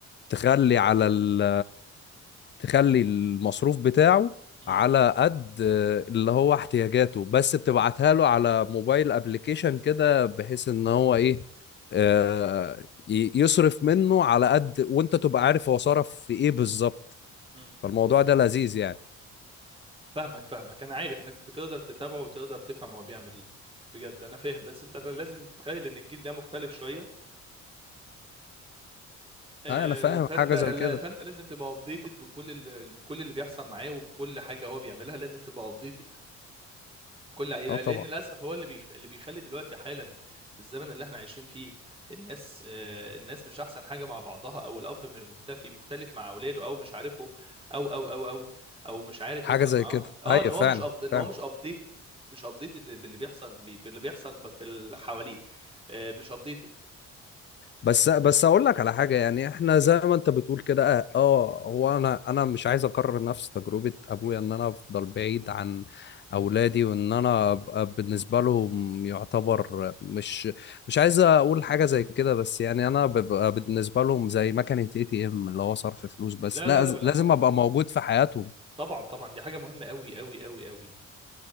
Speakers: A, on the left; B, on the right.
A: تخلي على ال... تخلي المصروف بتاعه
B: م-
A: على قد آه، اللي هو احتياجاته بس بتبعتها له على موبايل ابلكيشن كده بحيث ان هو ايه آه، ي- يصرف منه على قد وانت تبقى عارف هو صرف في ايه بالظبط
B: م-
A: فالموضوع ده لذيذ يعني
B: فاهمك فاهمك انا عارف انك بتقدر تتابعه وتقدر تفهم هو بيعمل ايه بجد انا فاهم بس انت لازم تتخيل ان الجيل ده مختلف شويه آه،
A: آه انا فاهم
B: فانت
A: حاجه
B: لا
A: زي كده
B: فانت لازم تبقى ابديتد بكل ال- بكل اللي بيحصل معاه وبكل حاجه هو بيعملها لازم تبقى ابديتد كل عائلة
A: اه طبعا
B: لأن للأسف هو اللي بيخ... اللي بيخلي دلوقتي حالا الزمن اللي احنا عايشين فيه الناس آه، الناس مش أحسن حاجة مع بعضها أو الأب م- مختفي مختلف مع أولاده أو مش عارفهم أو أو أو أو أو مش عارف
A: حاجه
B: يوصل
A: زي
B: معاهم
A: كده
B: أه
A: ايوه
B: إن هو
A: فعلا
B: مش أب... إن
A: فعلا
B: هو مش أبديتد مش أبديتد باللي بيحصل بي- باللي بيحصل في اللي حواليه آه، مش أبديتد
A: بس بس اقول لك على حاجه يعني احنا زي ما انت بتقول كده اه آه، هو انا انا مش عايز اكرر نفس تجربه ابويا ان انا افضل بعيد عن اولادي وان انا ابقى بالنسبه لهم يعتبر مش مش عايز اقول حاجه زي كده بس يعني انا ببقى بالنسبه لهم زي مكنه اي تي ام اللي هو صرف فلوس بس
B: لا
A: لا
B: لا لا لا
A: لازم
B: أنت
A: ابقى موجود في حياتهم
B: طبعا طبعا دي حاجة مهمة أوي أوي أوي أوي